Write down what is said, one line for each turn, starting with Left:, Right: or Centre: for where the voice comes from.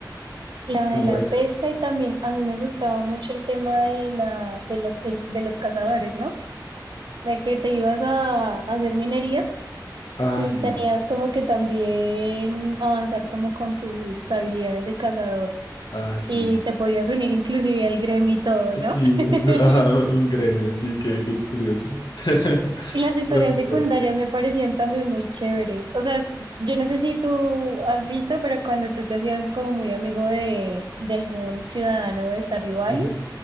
Right: La
Left: Como
Right: de la
Left: ese.
Right: pesca y también a mí me gustaba mucho el tema de la, de las, del- de los cazadores, ¿no? de que te ibas a, a hacer minería
Left: Ah,
Right: y
Left: sí,
Right: tenías como que también avanzar como con tus habilidades de cazador
Left: ah, sí.
Right: y te podías unir inclusive al gremio y todo, ¿no?
Left: Sí,
Right: <laughs>
Left: <laughs> ajá, un gremio, sí, qué, qué curioso. <laughs>
Right: Y las historias
Left: Era muy
Right: secundarias
Left: chévere.
Right: me parecían también muy chéveres. O sea, es- yo no sé si tú has visto, pero cuando tú te hacías como muy amigo de, de algún ciudadano de Stardew Valley,
Left: Ujú.